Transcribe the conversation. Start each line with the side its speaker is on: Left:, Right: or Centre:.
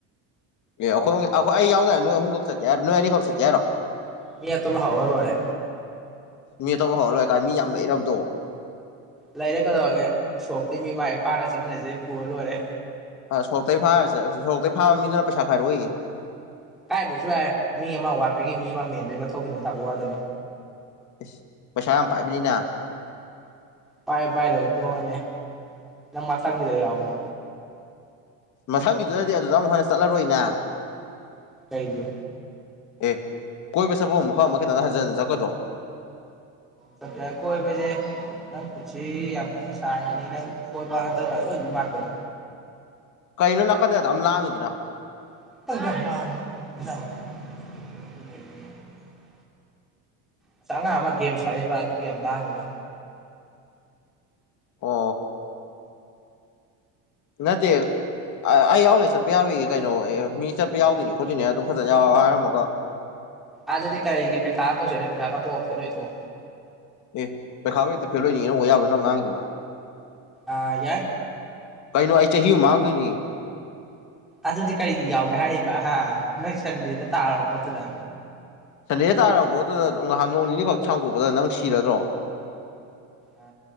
Left: ꯑꯦ ꯑꯩꯈꯣꯏ ꯑꯩꯈꯣꯏ ꯑꯩ ꯌꯥꯎꯗ ꯅꯣꯏ ꯑꯍꯨꯝꯈꯛ ꯆꯠꯀꯦ ꯍꯥꯏꯔꯣ ꯅꯣꯏ ꯑꯅꯤꯈꯛ ꯆꯠꯀꯦ ꯍꯥꯏꯔꯣ
Centre: ꯃꯤ ꯑꯠꯇꯕꯨ ꯍꯥꯎ ꯂꯣꯏꯔꯦ
Left: ꯃꯤ ꯑꯇꯣꯞꯄ ꯍꯧꯔ ꯂꯣꯏꯔ ꯀꯥꯏ ꯃꯤ ꯌꯥꯝ ꯂꯩ ꯏꯔꯕꯗꯣ
Centre: ꯂꯩꯔꯦ ꯀꯗꯧꯔꯒꯦ ꯁꯣꯛꯇ ꯃꯤ ꯃꯥꯏ ꯐꯥꯔ ꯆꯠꯃꯤꯟꯅꯁꯤꯦ ꯄꯨꯔ ꯂꯣꯏꯔꯦ
Left: ꯑ ꯁꯣꯛꯇꯩ ꯐꯥꯔꯁꯦ ꯁꯣꯛꯇꯩ ꯐꯥꯕ ꯃꯤꯗꯨꯅ ꯄꯩꯁꯥ ꯈꯔꯨꯏ
Centre: ꯀꯥꯏꯗꯣꯏꯁꯨ ꯌꯥꯏꯔ ꯃꯤ ꯑꯃ ꯋꯥꯠꯄꯒꯤ ꯃꯤ ꯑꯃ ꯃꯦꯟꯕꯒꯤ ꯃꯊꯧꯒꯤꯗ ꯇꯥꯕ ꯋꯥꯗꯅꯤ
Left: ꯏꯁꯁ ꯄꯩꯁꯥ ꯌꯥꯝ ꯄꯥꯛꯕꯅꯤꯅ
Centre: ꯄꯥꯏ ꯄꯥꯏꯔ ꯎ ꯇꯣꯅꯦ ꯅꯪ ꯃꯊꯪꯕꯤꯗ ꯌꯥꯎꯣ
Left: ꯃꯊꯪꯒꯤꯗꯨꯗꯗꯤ ꯑꯗꯨꯗ ꯑꯃꯨꯛ ꯍꯟꯅ ꯆꯠꯂꯔꯣꯏꯅꯦ
Centre: ꯀꯩꯒꯤ
Left: ꯑꯦ ꯀꯣꯏꯕ ꯆꯥꯄ ꯃꯐꯝ ꯑꯃ ꯈꯤꯇꯪ ꯍꯟꯖꯤꯟꯟ ꯆꯠꯀꯗ꯭ꯔꯣ
Centre: ꯆ ꯑꯩꯣꯏꯕꯖꯦ ꯅꯪ ꯄꯨꯟꯁꯤ ꯌꯥꯝꯅ ꯁꯥꯡꯉꯅꯤ ꯅꯪ ꯀꯣꯏꯕ ꯍꯟꯗꯛ ꯂ ꯂꯣꯏꯕꯤ ꯃꯥꯟꯕ꯭ꯔꯣ
Left: ꯀꯩꯅꯣ ꯅꯥꯀꯟꯗꯗ ꯑꯃ ꯂꯥꯡꯉꯤꯗꯨꯅ
Centre: ꯗ ꯑꯁ ꯑꯉꯥꯡ ꯑꯃ ꯒꯦꯝ ꯁꯥꯟꯅꯩꯕ ꯑꯗꯨꯒꯤ ꯌꯥꯝ ꯂꯥꯡꯉꯤꯕ
Left: ꯑ ꯅꯠꯇ ꯑꯩ ꯌꯥꯎꯔꯣꯏꯦ ꯆꯠꯄ ꯌꯥꯔꯣꯏꯏꯌꯦꯦ ꯀꯩꯅꯣ ꯑꯦ ꯃꯤ ꯆꯠꯄ ꯌꯥꯎꯗꯣꯏꯅꯤ ꯈꯣꯠꯇꯣꯏꯅꯤꯅꯦꯅ ꯑꯗꯨꯝ ꯐꯖꯅ ꯌꯥꯎꯔ ꯍꯥꯏꯔꯝꯃꯒ <unintelligible>
Centre: ꯑꯗꯗꯤ ꯀꯥꯏꯒꯤ ꯄꯩꯈꯥ ꯇꯧꯁꯤ ꯄꯦꯈꯥꯒꯣꯞꯁꯦ ꯅꯣꯏ ꯊ
Left: ꯑꯦ ꯄꯩꯈꯥꯕ ꯍꯦꯛꯇ ꯐꯦꯜ ꯑꯣꯏꯅꯤꯡꯉꯤꯅ ꯑꯣ ꯌꯥꯕ꯭ꯔꯥ ꯅꯪ ꯉꯥꯡꯉꯗꯨꯕꯣ
Centre: ꯑꯥ ꯌꯥꯏ
Left: ꯀꯩꯅꯣ ꯑꯩ ꯆꯍꯤ ꯃꯥꯡꯗꯣꯏꯅꯤ
Centre: ꯑꯗꯨꯗꯤ ꯀꯔꯤ ꯌꯥꯎꯒꯦ ꯍꯥꯏꯔꯤꯕ ꯍꯥ ꯅꯪ ꯁꯟꯗꯦꯗ ꯇꯥꯔꯕ ꯄꯣꯠꯇꯨꯗ
Left: ꯁꯟꯗꯦꯗ ꯇꯥꯔꯕꯣ ꯑꯗꯨꯗ ꯉꯍꯥꯟ ꯅꯣꯡ ꯅꯤꯅꯤꯈꯛ ꯁꯥꯡꯗꯣꯛꯄꯗ ꯅꯪ ꯁꯤꯔꯗ꯭ꯔꯣ
Centre: ꯑ